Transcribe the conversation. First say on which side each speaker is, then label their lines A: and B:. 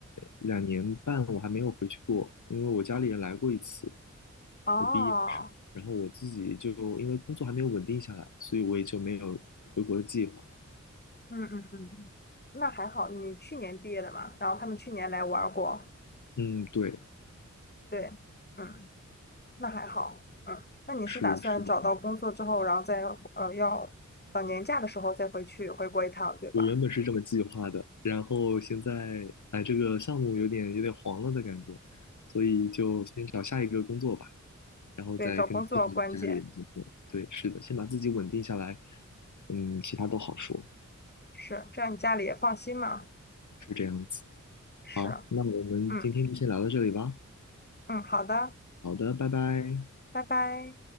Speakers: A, on the left; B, on the left.
A: 两年半，我还没有回去过，因为我家里人来过一次，
B: 哦，
A: 我毕业的时候，然后我自己就因为工作还没有稳定下来，所以我也就没有回国的计划。
B: 嗯嗯嗯，那还好，你去年毕业的嘛，然后他们去年来玩儿过，
A: 嗯，对，
B: 对，嗯，那还好，嗯，那你是打算找到工作之后，
A: 是是的。
B: 然后再呃要等年假的时候再回去回国一趟，对吧？
A: 我原本是这么计划的，然后现在哎，这个项目有点有点黄了的感觉，所以就先找下一个工作吧，然后再跟自后跟家里人见面。
B: 对，找工作关键
A: 对，是的，先把自己稳定下来，嗯，其他都好说。
B: 是，这样你家里也放心嘛，
A: 是这
B: 是。
A: 好，那我们今天就先聊到这里吧。
B: 嗯。嗯，好的，
A: 好的，拜拜。
B: 拜拜。